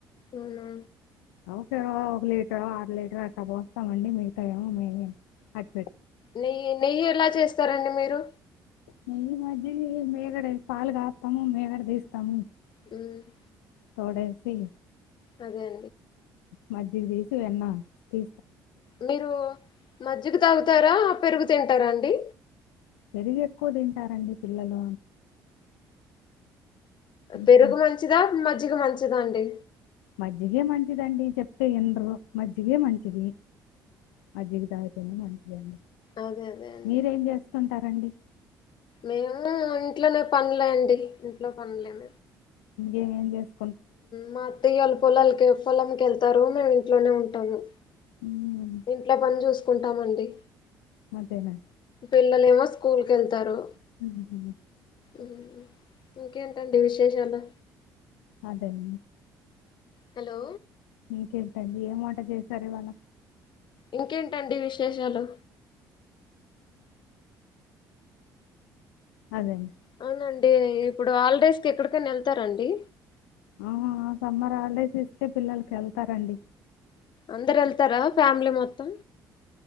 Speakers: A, on the left; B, on the left.
A: అవునా
B: ఒకా లీ ఒక అర లీటర్ అట్లా పోస్తామండి మిగతావన్నీ మేమే <inaudible>
A: నెయ్యి నెయ్యి ఎలా చేస్తారండి మీరు
B: నెయ్యి మధ్య మీగడ పాలు కాస్తాము మీగడ తీస్తాము
A: హ్మ్
B: తోడేసి
A: అదే
B: మజ్జిగ తీసి వెన్నా తీ
A: మీరు మజ్జిగ తాగుతారా పెరుగు తింటారా అండి
B: పెరుగు ఎక్కువ తింటారండి పిల్లలు ఇంకే
A: పెరుకు మంచించిదా మజ్జికి మంచించిద దా అండి
B: మజ్జిగే మంచిదండి చెప్తే ఎనరు మజ్జిగే మంచిది మజ్జిగ తాగితేనే మంచిదండి
A: అదే అదే అండి
B: మీరేం చేస్తుంటారండి
A: మేము ఇంట్లోనే పనులే అండి ఇంట్లో పనులేమ
B: ఏమేం చేస్తా
A: మా అత్త్యలు పొలక పొలంక వెళ్తారు మేము ఇంట్లోనే ఉంట టాము
B: మ్మ్.
A: ఇంట్లో పని చూసుకుంటామండి
B: మంతేనా
A: పిల్లలు ఏమో స్కూల్ క వెళ్తారు
B: హ
A: ఉమ్. ఇంకేంటండి విశేషాలు
B: అదేం
A: హలో
B: ఇకే ఏ వంట చేసారు ఇవాళ
A: ఇంకేంటండి విశేషాలు
B: అదేండి
A: అవునండి ఇప్పుడు హాలిడేస్ కి ఎక్కడికైనా వెళ్తారంండి
B: ఆ సమ్మర్ హాలిడేస్ ఇస్తే పిల్లలకి వెళ్తారండి
A: అందరు వెళ్తారా ఫ్యామిలీ మొత్తం